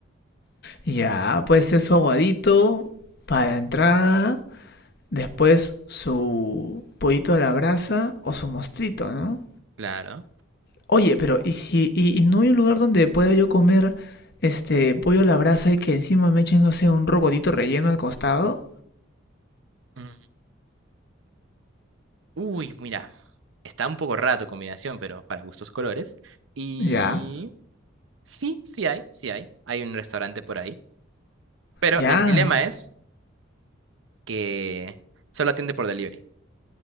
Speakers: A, on the left; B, on the right.
A: Ya, pues eso aguadito para la entrada, después su pollito a la brasa o su mostrito, ¿no?
B: claro.
A: Oye, pero ¿y si y, y no hay un lugar donde pueda yo comer este pollo a la brasa y que encima me echen, no sé, un rocotito relleno al costado?
B: Mm. Uy, mira. Está un poco raro tu combinación, pero para gustos colores. Y
A: Ya,
B: sí, sí hay, sí hay. Hay un restaurante por ahí. Pero
A: ya.
B: el dilema es que solo atiende por delivery.